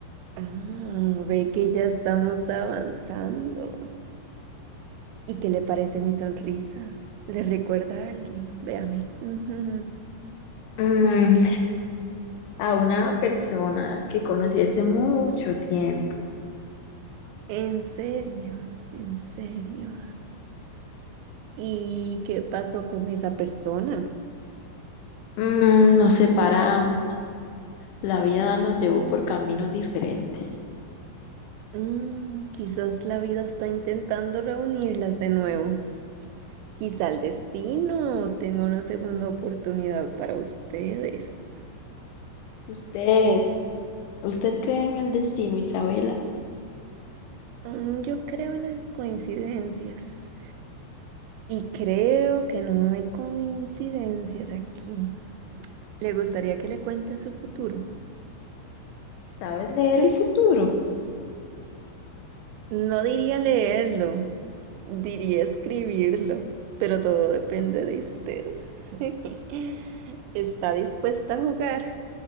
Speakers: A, on the right; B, on the left.
A: Ah, ve que ya estamos avanzando. ¿Y qué le parece mi sonrisa? ¿Le recuerda a alguien? Véame. <laughs> Ujú.
B: Mm, a una persona que conocí hace mucho tiempo.
A: En serio, en serio. ¿Y qué pasó con esa persona?
B: Mm, nos separamos. La vida nos llevó por caminos diferentes.
A: Mm, quizás la vida está intentando reunirlas de nuevo. Quizá el destino tenga una segunda oportunidad para ustedes.
B: ¿Usted, usted cree en el destino, Isabela?
A: Mm, yo creo en las coincidencias. Y creo que no hay coincidencias aquí. ¿Le gustaría que le cuente su futuro?
B: ¿Sabes leer el futuro?
A: No diría leerlo, diría escribirlo, pero todo depende de usted. <laughs> ¿Está dispuesta a jugar?